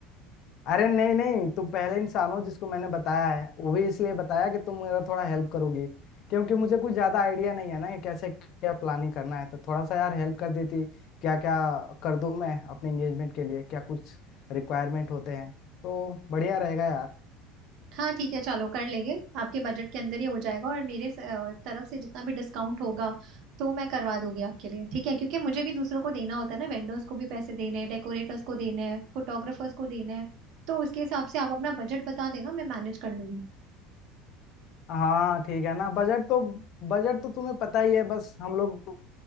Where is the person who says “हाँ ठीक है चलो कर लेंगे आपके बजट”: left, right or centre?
Right